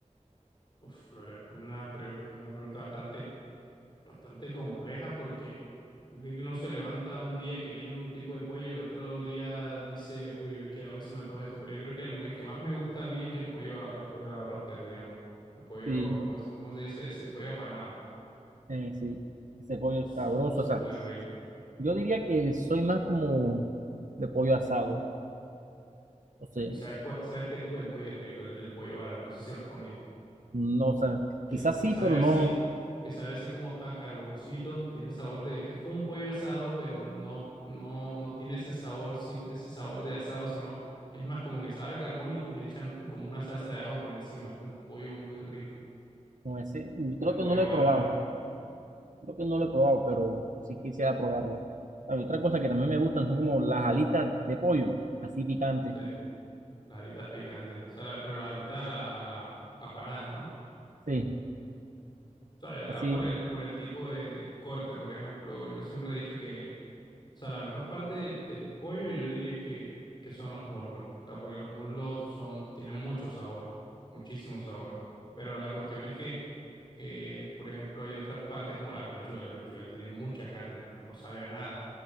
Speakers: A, on the left (about 35°); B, on the right (about 85°).
A: Uf, la verdad es que una, pre- una pregunta bastante, bastante compleja porque yo creo que uno se levanta un día queriendo un tipo de pollo y el otro día dice, uy, hoy, que- hoy se me antoja esto, pero yo creo que el, el que más me gusta a mí es el pollo, a- el pollo a la broster, digamos. El pollo,
B: Sí,
A: ¿cómo se, cómo se dice ese? Pollo apanado.
B: eh, sí, ese pollo
A: Es,
B: sabroso,
A: es
B: o sea,
A: muy rico.
B: yo diría que soy más como de pollo asado. No sé,
A: ¿Y sabes cuál, sabes qué tipo de pollo es rico? El, el pollo árabe. No sé si lo has comido.
B: no, o sea,
A: que,
B: quizás
A: que
B: sí,
A: sabe
B: pero
A: así,
B: no,
A: que sabe así como a carboncito, tiene el sabor de, es como un pollo asado, pero no, no, no tiene ese sabor, sin, ese sabor de asado, sino es más como que sabe a carbón y, y le echan como una salsa de ajo por encima, es un pollo muy rico,
B: no ese,
A: el
B: creo
A: pollo
B: que no lo he
A: árabe,
B: probado, creo que no lo he probado, pero sí quisiera probarlo. Hay otra cosa que también me gustan son como las alitas de pollo, así picantes,
A: sí, las alitas picantes, o sea, la- pero las alitas a la, a la apanadas, ¿no?
B: sí,
A: O sea, ya te
B: así,
A: vas por el, por el tipo de- del corte, por ejemplo, yo siempre he dicho que O sea, la mejor parte del, del pollo yo diría que, que son los muslos. O sea, porque los muslos son, tienen mucho sabor, muchísimo sabor. Pero la cuestión es que, que, por ejemplo, hay otras partes como la pechuga. La pechuga tiene mucha carne, pero no sabe a nada.